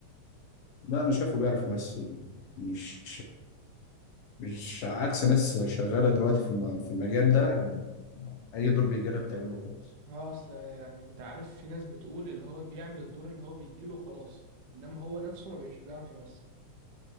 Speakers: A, on the left; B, on the right.
A: لا انا شايفه بيعرف يمثل مش مش عكس ناس شغاله دلوقتي في الم- في المجال ده اي دور بيجي لها بتعمله خالص
B: اه اصل يعني انت عارف في ناس بتقول اللي هو بيعمل الدور اللي هو بيجيله خلاص انما هو نفسه ما بيش بيعرف يمثل